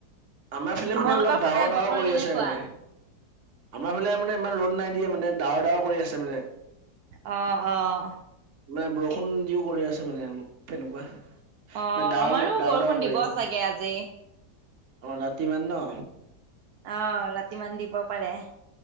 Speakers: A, on the right; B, on the right.
A: আমাৰ ফালে
B: তোমালোকৰ
A: মানে অলপ ডাৱৰ
B: ফালে
A: ডাৱৰ
B: বতৰ
A: কৰি
B: কেনেকুৱা
A: আছে মানে। আমাৰ ফালে মানে ইমান ৰ'দ নাই দিয়োনে ডাৱৰ ডাাৱৰ কৰি আছে মানে।
B: অ', অ'।
A: মানে বৰষুণ দিও কৰি আছে মানে অলপ তেনেকুৱা।
B: অ
A: ডাৱৰ
B: আমাৰো
A: ডাৱৰ
B: বৰষুণ
A: ডাৱৰ কৰি
B: দিব
A: আছে।
B: চাগে
A: অ,
B: আজি
A: ৰাতি মান ন
B: অ, ৰাতি মান দিব পাৰে।